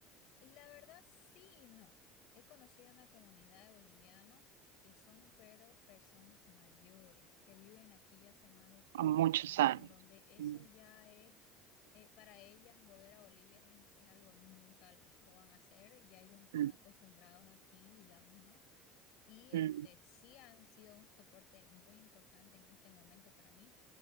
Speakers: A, on the left (about 65°); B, on the right (about 85°).
A: La verdad sí y no. He conocido una comunidad de bolivianos que son pero personas mayores, que viven aquí ya hace más de 40
B: a muchos
A: años,
B: años.
A: donde eso
B: Mm,
A: ya es, eh, para ellas volver a Bolivia es, imp- es algo nunca lo van a hacer, ya ellos están
B: Mm.
A: acostumbrados aquí, digamos, ¿no? Y
B: mm,
A: este sí han sido un soporte muy importante en este momento para mí,